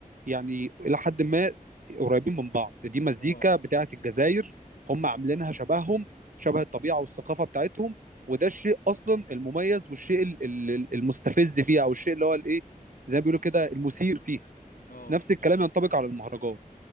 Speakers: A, on the right; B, on the left.
A: يعني الى حد ما قريبين من بعض دي مزيكا
B: اه
A: بتاعه الجزائر هم عاملينها شبههم شبه
B: امم
A: الطبيعه والثقافه بتاعتهم وده الشيء اصلا المميز والشيء ال- ال- المستفز فيها او الشيء اللي هو الايه زي ما بيقولوا كده المثير فيها
B: اه
A: نفس الكلام ينطبق على المهرجان